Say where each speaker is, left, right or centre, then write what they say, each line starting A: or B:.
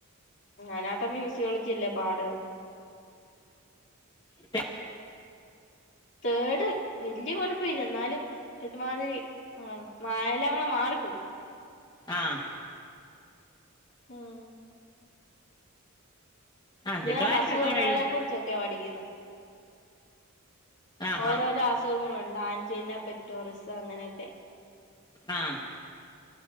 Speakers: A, on the left; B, on the left.
A: അനാട്ടമി ഫിസിയോളജി അല്ലേ പാട്
B: <unintelligible>
A: തേഡ് വല്യ കൊഴപ്പഇല്ല എന്നാലും ഒരുമാതിരി ആണ് മാ എല്ലാകൂടെ മാറിപ്പോം
B: ആഹ്
A: ഉം
B: ആ
A: ഇതിനാത്ത്
B: കിട്ടുമായിരിക്കും
A: അസുഖങ്ങളിലെ
B: ഇത്തവണ എഴുതുമ്പോ
A: കുറിച്ചൊക്കെയാ പഠിക്കുന്നേ
B: ആ
A: ഓരോരോ അസുഖങ്ങളോണ്ട് ആഞ്ചെനാ പെക്ടോറിസ് അങ്ങനെക്കെ
B: ആ ആ